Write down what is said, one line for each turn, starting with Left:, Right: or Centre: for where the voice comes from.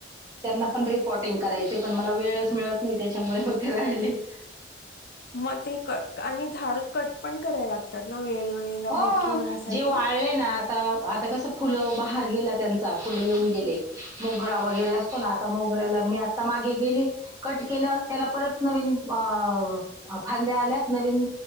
Right: त्यांना पण रिपॉटिंग करायचं पण मला वेळच मिळत नाही त्याच्यामुळे हो ते राहिलेत.
Left: मग ते कट आणि झाड कट पण करायला लागतात ना? वेळेवेळेला
Right: हो
Left: मोठे होण्यासाठी.
Right: जे वाळले ना आता आता कसं फुलं बहार गेला त्यांचा फुलं येऊन गेले मोगरा वगैरे असतो ना आता मोगऱ्याला मी आता मागे गेली कट केलं त्याला परत नवीन अ फांद्या आल्यात नवीन